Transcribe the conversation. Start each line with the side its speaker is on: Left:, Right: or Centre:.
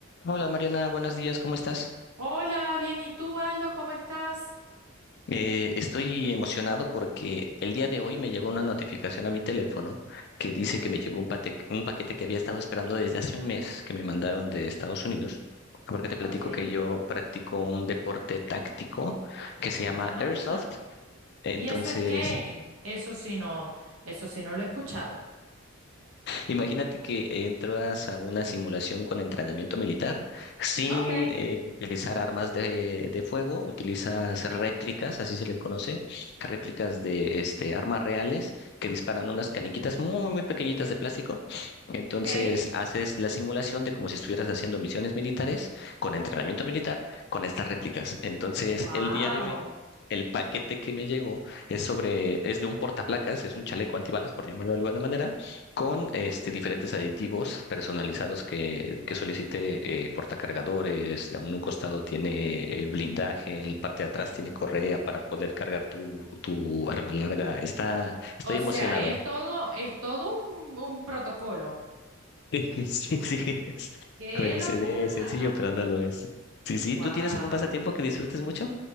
Left: Hola Mariana, buenos días, ¿cómo estás?
Right: Hola, bien, ¿y tú, Aldo? ¿Cómo estás?
Left: Eh, estoy emocionado porque el día de hoy me llegó una notificación a mi teléfono que dice que me llegó un, pate- un paquete que había estado esperando desde hace un mes que me mandaron de Estados Unidos, porque te platico
Right: Ok.
Left: que yo practico un deporte táctico que se
Right: Ajá.
Left: llama Airsoft. Entonces,
Right: ¿Y eso es qué? Eso sí no, eso sí no lo he escuchado.
Left: Imagínate que entras a una simulación con entrenamiento militar sin
Right: Ok,
Left: eh, utilizar armas de, de fuego, utilizas réplicas, así se les conoce, réplicas de este, armas reales que disparan
Right: Ujú,
Left: unas caniquitas muy, muy pequeñitas de plástico. Entonces
Right: ok.
Left: haces la simulación de como si estuvieras haciendo misiones militares con entrenamiento militar con estas réplicas. Entonces
Right: Wow.
Left: el día de hoy... El paquete que me llegó es sobre, es de un portaplacas, es un chaleco antibalas, por llamarlo de alguna manera, con este, diferentes aditivos personalizados que, que solicite eh, portacargadores. En un costado tiene eh, blindaje, en la parte de atrás tiene correa para poder cargar tu, tu arma larga. Está, estoy
Right: O
Left: emocionado.
Right: sea, es todo,
Left: <laughs>
Right: es todo un, un protocolo.
Left: Sí, sí, es-
Right: ¡Qué
Left: pues,
Right: locura!
Left: se ve sencillo, pero no lo es. Sí, sí,
Right: Wow.
Left: ¿tú tienes algún pasatiempo que disfrutes mucho?